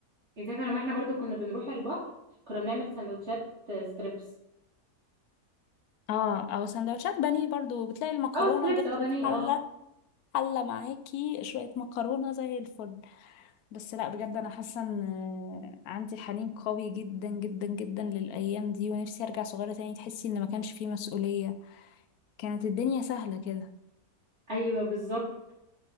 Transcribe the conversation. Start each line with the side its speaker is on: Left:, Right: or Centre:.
Right: انت عارفة لما احنا برضو كنا بنروح البحر كنا بنعمل سندوتشات ستريبس
Left: اه او سندوتشات بانيه برضو بتلاقي المكرونة
Right: اه ستريبس
Left: جاهزة
Right: او بانيه
Left: في حلة
Right: اه
Left: حلة معاكي شوية مكرونة زي الفل بس لا بجد أنا حاسة إن عندي حنين قوي جدا جدا جدا للأيام دي ونفسي أرجع صغيرة تاني تحسي إن ما كانش فيه مسؤولية كانت الدنيا سهلة كده
Right: ايوه بالظبط